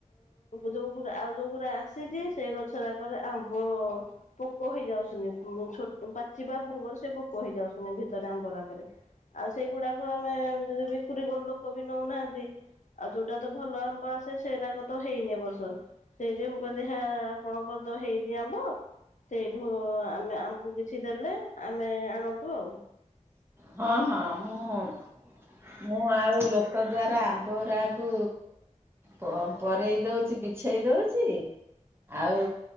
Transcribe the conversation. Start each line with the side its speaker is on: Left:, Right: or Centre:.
Left: ଯୋଉଗା ଆଉ ଯୋଉଗୁରା ଆସିଛି ସେ ଗଛଅରକାରେ ଆମ୍ବ ପୋକ ହେଇଯାଉଛନ୍ତି ଅ ଛୋଟ ପାଚିବା ପୂର୍ବରୁ ସେ ପୋକ୍ କ ହେଇ ଯାଉସୁନି ଭିତରେ ଆମ୍ବଉରାକରେ ଆଉ ସେଇଗୁଡାକ ଆମେ ବିକ୍ରିକଲେ ଲୋକ ବି ନଉନାହାନ୍ତି। ଆଉ ଯୋଉଟା ତ ଭଲ ଆ ମ୍ବ ଆସେ ସେଇରାକ ତ ହେଇନି ଏ ବର୍ଷ। ସେଇଜେ ମୁଁ କହି ତ ଆପଣଙ୍କ ତ ହେଇଛି ଆମ୍ବ ସେଇଠୁ ଆମେ ଆମକୁ କିଛି ଦେଲେ ଆମେ ଆଣନ୍ତୁ ଆଉ।
Right: ହଁ ହଁ ମୁଁ ମୁଁ ଆଉ ଲୋକ ଦ୍ଵାରା ଆମ୍ବ ଗୁୁରାକୁ ପ ପରେଇ ଦେଉଚି ବିଛେଇ ଦେଉଚି ଆଉ